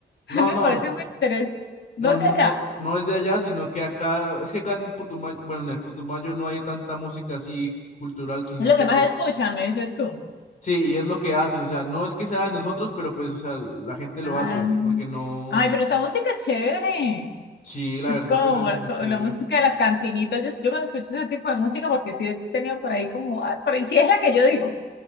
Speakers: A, on the left; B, on the left.
A: No,
B: <laughs> A mí
A: no,
B: me parece muy interesante. ¿Dónde
A: no, no,
B: allá?
A: no, no es de allá, sino que acá, es que acá en Putumayo, bueno, en el Putumayo no hay tanta música así cultural, sino
B: Es lo
A: que
B: que más
A: pues,
B: escuchan, me dices tú.
A: sí, y es lo que hacen. O sea, no es que sea de nosotros, pero pues, o sea, la gente lo
B: Ah.
A: hace, porque no.
B: Ay, pero esa música es chévere.
A: Sí, la
B: Es
A: verdad,
B: como,
A: pues es muy
B: como
A: chévere.
B: la música de las cantinitas. Yo, yo cuando escucho ese tipo de música, porque sí he tenido por ahí como, ah, por ahí sí es la que yo digo,